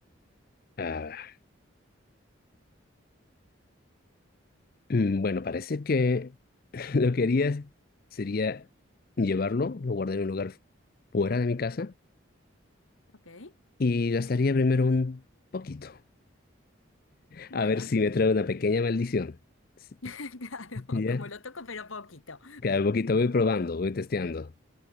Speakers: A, on the left (about 45°); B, on the left (about 80°).
A: Ah, mm, bueno, parece que <laughs> lo que haría sería llevarlo, lo guardaría en un lugar fuera de mi casa
B: Ok,
A: y gastaría primero un poquito.
B: bueno,
A: A ver si me trae una pequeña maldición. Sí,
B: <laughs> claro,
A: Ya,
B: como lo toco pero poquito.
A: cada poquito voy probando, voy testeando.